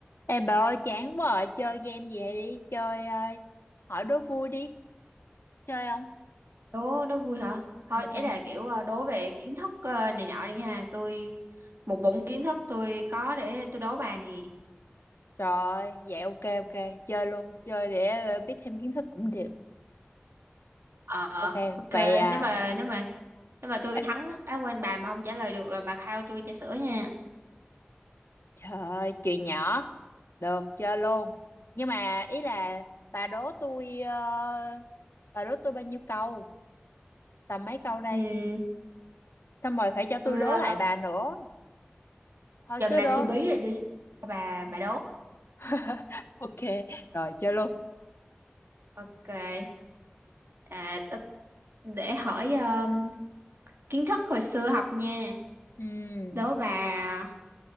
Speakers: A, on the left; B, on the right.
A: Ê bà ơi chán quá à, chơi game gì vậy đi, chơi ờ, hỏi đố vui đi, chơi không?
B: đố đố vui hả thôi
A: Ừ
B: ấy
A: ừ.
B: là kiểu ờ, đố về kiến thức ờ, này nọ đi ha tôi một bụng kiến thức tôi có để tôi đố bà nè
A: Rồi, vậy ok ok, chơi luôn, chơi để ờ, biết thêm kiến thức cũng được.
B: ờ
A: Ok,
B: ok
A: vậy à,
B: nếu mà nếu mà nếu mà tôi
A: vậy,
B: thắng á quên bà mà không trả lời được là bà khao tôi trà sữa nha
A: trời ơi, chuyện nhỏ, được chơi luôn. Nhưng mà ý là bà đố tôi, ờ, bà đố tôi bao nhiêu câu, tầm mấy câu đây,
B: ừ
A: xong rồi phải cho tôi
B: tôi
A: đố
B: ờ,
A: lại bà nữa, thôi
B: chừng
A: cứ
B: nào
A: đố.
B: tôi bí rồi tôi cho bà bà đố
A: <laughs> Ok, rồi chơi luôn.
B: ok à tôi- để hỏi ờ, kiến thức hồi xưa học nha
A: Ừm,
B: đố bà